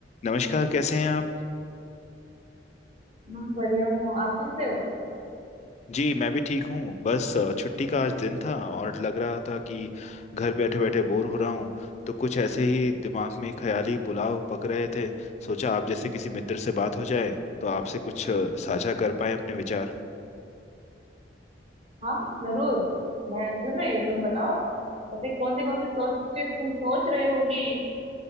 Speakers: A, on the left; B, on the right.
A: नमस्कार कैसे हैं आप
B: मैं बढ़िया हूँ आप कैसे हो
A: जी मैं भी ठीक हूँ बस अ, छुट्टी का आज दिन था और लग रहा था कि घर बैठे बैठे बोर हो रहा हूँ तो कुछ ऐसे ही दिमाग में ख्याली पुलाव पक रहे थे सोचा आप जैसे किसी मित्र से बात हो जाए तो आपसे कुछ अ, साझा कर पाए अपने विचार
B: हाँ जरूर मैं सुन रही हूँ तुम बताओ ऐसे कौन सी कौन सी सोच तुम सोच रहे हो कि